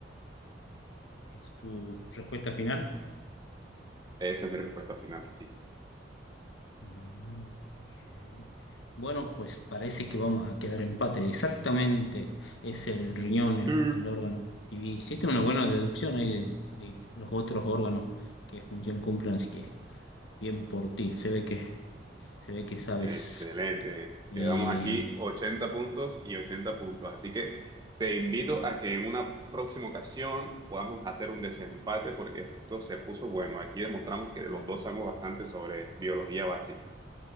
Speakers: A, on the left; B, on the right.
A: ¿Es tu respuesta final?
B: Esa es mi respuesta final, sí.
A: Mm, bien. Bueno, pues parece que vamos a quedar empate. Exactamente, es el riñón, el,
B: Sí.
A: el órgano. Y hiciste una buena deducción ahí de, de los otros órganos que función cumplen, así que bien por ti. Se ve que, se ve que sabes.
B: Excelente.
A: Eh,
B: Quedamos aquí 80 puntos y 80 puntos. Así que te invito a que en una próxima ocasión podamos hacer un desempate porque esto se puso bueno. Aquí demostramos que los
A: bueno,
B: dos sabemos bastante sobre biología básica.